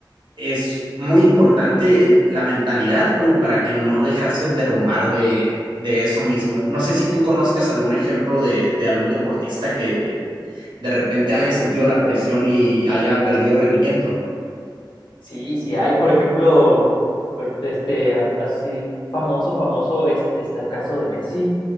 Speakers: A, on the right; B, on the left.
A: es muy importante la mentalidad como para que no dejarse derrumbar de, de eso mismo. No sé si tú conozcas algún ejemplo de, de algún deportista que de repente haya sentido la presión y haya perdido rendimiento.
B: Sí, sí hay, por ejemplo, ahorita, este, a- así famoso, famoso, este, está el caso de Messi.